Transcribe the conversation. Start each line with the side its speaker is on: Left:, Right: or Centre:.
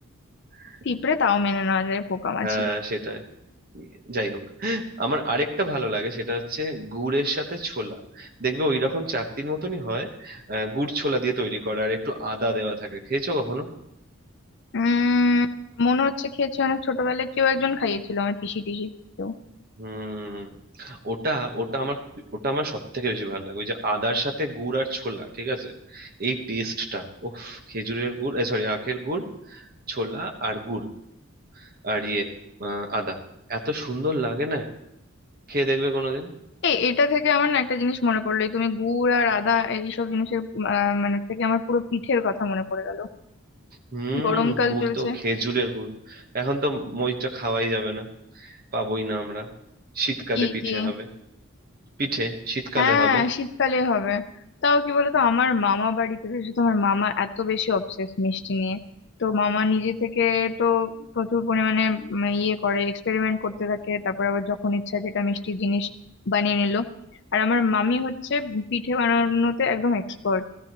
Right: <laughs>
Left: পিঁপড়ে তাও মেনে নেওয়া যায় পোকা মাছি
Right: হ্যাঁ সেটাই যাই হোক আমার আরেকটা ভালো লাগে সেটা হচ্ছে গুড়ের সাথে ছোলা দেখবে ওই রকম চাকতির মতনই হয় আহ, গুড় ছোলা দিয়ে তৈরি করে আর একটু আদা দেওয়া থাকে খেয়েছো কখনো
Left: উম মনে হচ্ছে খেয়েছি অনেক ছোটবেলায় কেউ একজন খাইয়েছিল আমার পিসি টিসি কেউ
Right: হুম ওটা ওটা আমার ওটা আমার সব থেকে বেশি ভালো লাগে ওই যে আদার সাথে গুড় আর ছোলা ঠিক আছে এই টেস্টটা ওফ খেজুরের গুড় সরি আখের গুড় ছোলা আর গুড় আর ইয়ে আহ, আদা এত সুন্দর লাগে না খেয়ে দেখবে কোনোদিন
Left: এই এটা থেকে আমার না একটা জিনিস মনে পড়লো এই তুমি গুড় আর আদা এইসব জিনিসের আহ, মানে থেকে আমার পুরো পিঠের কথা মনে পড়ে গেল
Right: হুম
Left: গরমকাল
Right: গুড়
Left: চলছে
Right: তো খেজুরের গুড় এখন তো মইটা খাওয়াই যাবে না পাবোই না আমরা শীতকালে
Left: কি
Right: পিঠে
Left: কি
Right: হবে পিঠে শীতকালে
Left: হ্যাঁ
Right: হবে
Left: শীতকালে হবে তাও কি বলতো আমার মামা বাড়িতে বিশেষত আমার মামা এত বেশি অবসেস মিষ্টি নিয়ে তো মামা নিজে থেকে তো প্রচুর পরিমাণে উম, ইয়ে করে এক্সপেরিমেন্ট করতে থাকে তারপর আবার যখন ইচ্ছা যেটা মিষ্টি জিনিস বানিয়ে নিল আর আমার মামি হচ্ছে পিঠে বানানোতে একদম এক্সপার্ট